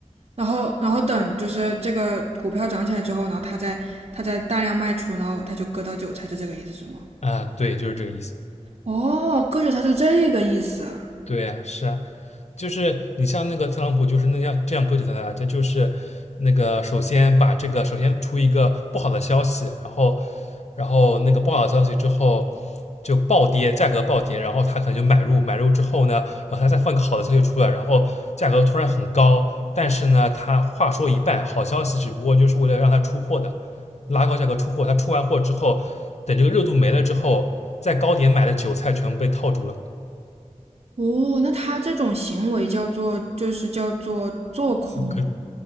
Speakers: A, on the right (about 55°); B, on the left (about 60°).
A: 然后然后等就是这个股票涨起来之后，然后他再他再大量卖出，然后他就割到韭菜，就这个意思是吗？
B: 啊，对，就是这个意思。
A: 哦，割韭菜就这个意思啊。
B: 对啊，是啊，就是你像那个特朗普，就是那样这样割韭菜的，他就是那个首先把这个首先出一个不好的消息，然后然后那个不好的消息之后就暴跌，价格暴跌，然后他可能就买入，买入之后呢，然后他再放个好的消息出来，然后价格突然很高，但是呢，他话说一半，好消息只不过就是为了让他出货的，拉高价格出货，他出完货之后，等这个热度没了之后，在高点买的韭菜全部被套住了。
A: 哦，那他这种行为叫做就是叫做做空
B: 可